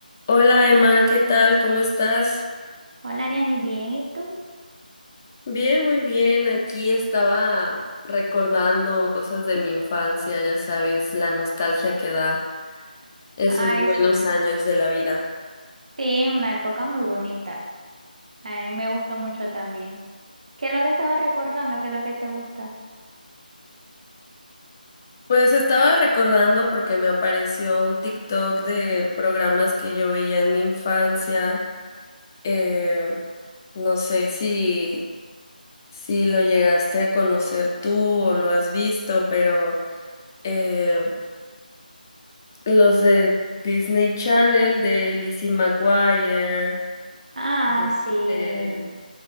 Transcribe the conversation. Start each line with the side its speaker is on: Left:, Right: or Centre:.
Left: Hola Emma, ¿qué tal? ¿Cómo estás?
Right: Hola, Ariani, ¿bien? ¿Y tú?
Left: Bien, muy bien. Aquí estaba recordando cosas de mi infancia, ya sabes, la nostalgia que da esos
Right: Ay,
Left: buenos
Right: sí.
Left: años de la vida.
Right: Sí, una época muy bonita. A mí me gustó mucho también. ¿Qué es lo que estaba recordando? ¿Qué es lo que te gusta?
Left: Pues estaba recordando porque me apareció un TikTok de programas que yo veía en mi infancia. Eh, no sé si, si lo llegaste a conocer tú o lo has visto, pero eh, los de Disney Channel, de Lizzie McGuire,
Right: Ah,
Left: Sí.
Right: sí.
Left: eh,